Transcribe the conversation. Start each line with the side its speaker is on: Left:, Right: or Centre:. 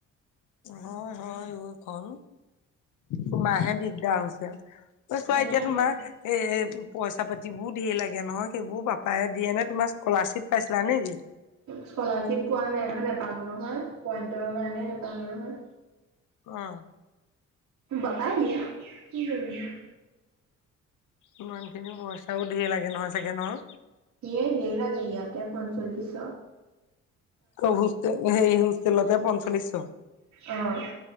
Left: হয়, হয়, অ', এইখন, তোমাৰহে দিগদাৰ হৈছে আও। ঐ ছোৱা,
Right: হৈ
Left: এতিয়া
Right: যায়গে।
Left: তোমাৰ এ পইচা পাতিবোৰ ধেৰ লাগে নহয়, সেইবোৰ পাপায়ে দিয়ে নে, তোমাৰ স্কলাৰশ্বিপ পাইছিলা নেকি?
Right: স্কলাৰশ্বিপ পোৱা নাই নহয়, নাপাম নহয়, পইণ্টৰ কাৰণে নেপাম নহয়।
Left: অ'।
Right: পাপাই দিয়ে অ', কি কৰিবনো।
Left: ইমানখিনি পইচাও ধেই লাগে নহয় চাগে ন'।
Right: এ ধেই লাগে, ইয়াতে পঞ্চল্লিচশ।
Left: প্ৰভু, হোষ্টেল, হেৰি হোষ্টেলতে পঞ্চল্লিচশ।
Right: অ',